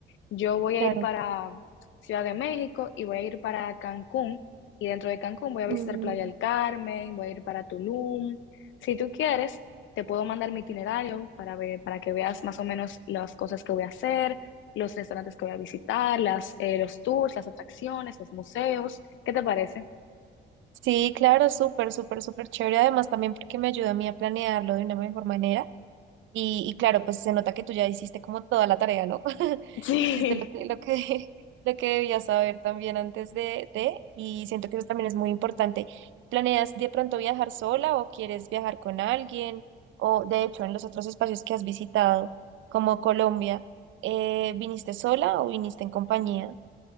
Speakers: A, on the left; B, on the right.
A: Yo voy a
B: claro.
A: ir para Ciudad de México y voy a ir para Cancún. Y dentro de Cancún voy a visitar
B: mm,
A: Playa del Carmen, voy a ir para Tulum. Si tú quieres, te puedo mandar mi itinerario para ver, para que veas más o menos las cosas que voy a hacer, los restaurantes que voy a visitar, las, eh, los tours, las atracciones, los museos. ¿Qué te parece?
B: Sí, claro, súper, súper, súper chévere. Además, también porque me ayuda a mí a planearlo de una mejor manera. Y, y claro, pues se nota que tú ya hiciste como toda la tarea, ¿no? <laughs>
A: <laughs> Sí.
B: Hiciste lo que, lo que, <laughs> lo que debías saber también antes de, de, y siento que eso también es muy importante. ¿Planeas de pronto viajar sola o quieres viajar con alguien? O de hecho, en los otros espacios que has visitado, como Colombia, eh, ¿viniste sola o viniste en compañía?